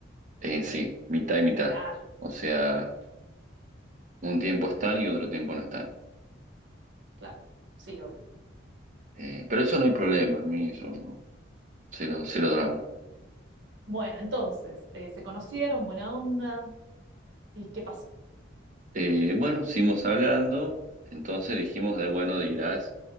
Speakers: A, on the right (about 40°); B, on the right (about 70°).
A: en sí, mitad y mitad.
B: Claro,
A: O sea,
B: claro,
A: un tiempo están y otro tiempo no están.
B: claro. Sí, obvio.
A: Eh, pero eso no hay problema, a mí eso no, cero, cero drama.
B: Bueno, entonces, eh, se conocieron, buena onda. ¿Y qué pasó?
A: Eh, bueno, seguimos hablando, entonces dijimos de, bueno, dirás